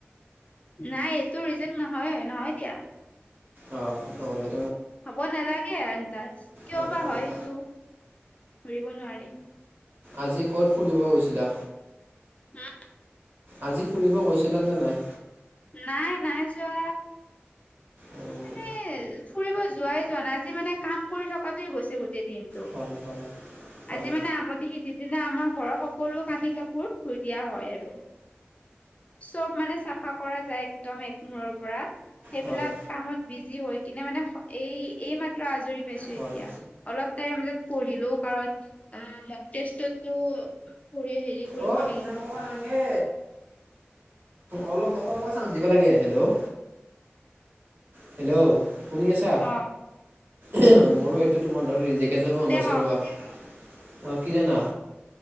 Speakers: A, on the left (about 30°); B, on the right (about 50°).
A: নাই এইটো ৰিজাল্ট নহয়ে, নহয় দিয়া।
B: অ', নহ'লে
A: হ'ব নালাগে আন্তাজ, কিয়
B: অ'
A: বা
B: অ'।
A: হয় সেইটো। ধৰিব নোৱাৰি।
B: আজি ক'ত ফুৰিব গৈছিলা?
A: হা?
B: আজি ফুৰিব গৈছিলা নে নাই?
A: নাই, নাই যোৱা।
B: অঁ,
A: মানে ফুৰিব যোৱাই যোৱা নাই, আজি মানে কাম কৰি থকাতে গৈছে গোটেই দিনটো,
B: হয় হয় হয়
A: আজি মানে আমটি সিদ্ধি দিনা আমাৰ ঘৰৰ সকলো কানি কাপোৰ ধুই দিয়া হ'য় আৰু, চব মানে চাফা কৰা যায় একদম একমূৰৰ পৰা। সেইবিলাক
B: হয় হয়
A: কামত বিজি হৈ কিনে মানে এই, এই মাত্ৰ আজৰি পাইছো
B: হয়।
A: এতিয়া, অলপ তাৰে মাজত পঢ়িলো, কাৰণ এ মক টেষ্টটোতটো পঢ়িয়ে হেৰি কৰিব
B: অ'
A: লাগিব।
B: ইমান ক'ব নালগে। অলপ <unintelligible> চাঞ্চ দিব লাগে, হেল্ল' হেল্ল', শুনি আছা,
A: অ'
B: মোৰো এইটো তোমাৰ দৰে ৰিজেক্ট কে যাব গম
A: দে
B: পাইছো
A: ক
B: ৰ'বা, অ' কি জানা?